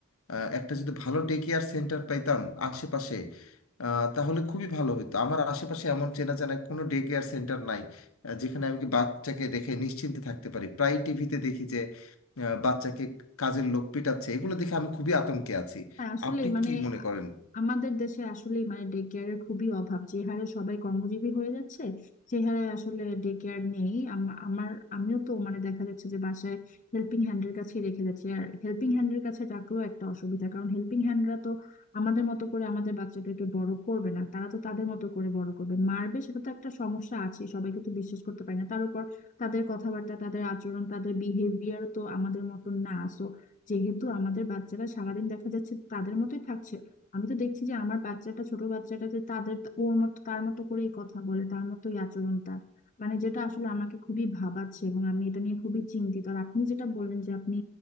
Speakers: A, on the left; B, on the left.
A: আহ, একটা যদি ভালো ডে কেয়ার সেন্টার পাইতাম আশেপাশে আহ, তাহলে খুবই ভালো হতো আমার আশেপাশে এমন চেনা জানা কোনো ডে কেয়ার সেন্টার নাই আহ, যেখানে আমি কি বাচ্চাকে রেখে নিশ্চিন্তে থাকতে পারি প্রায় টিভিতে দেখি যে আহ, বাচ্চাকে কাজের লোক পেটাচ্ছে এগুলো দেখে আমি খুবই আতঙ্কে আছি
B: হ্যাঁ আসলেই
A: আপনি
B: মানে
A: কি মনে করেন
B: আমাদের দেশে আসলেই মানে ডে কেয়ারের খুবই অভাব যে হারে সবাই কর্মজীবী হয়ে যাচ্ছে সে হারে আসলে ডে কেয়ার নেই আম- আমার আমিও তো মানে দেখা যাচ্ছে যে বাসায় হেল্পিং হ্যান্ডের কাছে রেখে যাচ্ছি আর হেল্পিং হ্যান্ডের কাছে রাখলেও একটা অসুবিধা কারণ হেল্পিং হ্যান্ডরা তো আমাদের মতো করে আমাদের বাচ্চাদেরকে বড় করবে না তারা তো তাদের মতো করে বড় করবে মারবে সেটা তো একটা সমস্যা আছে সবাইকে তো বিশ্বাস করতে পারি না তার উপর তাদের কথাবার্তা তাদের আচরণ তাদের বিহেভিয়ার তো আমাদের মতো না So যেহেতু আমাদের বাচ্চারা সারাদিন দেখা যাচ্ছে তাদের মতোই থাকছে আমি তো দেখছি যে আমার বাচ্চাটা ছোট বাচ্চাটা যে তাদের ওর মতো তার মতো করেই কথা বলে তার মতোই আচরণ তার মানে যেটা আসলে আমাকে খুবই ভাবাচ্ছে এবং আমি এটা নিয়ে খুবই চিন্তিত আর আপনি যেটা বললেন যে আপনি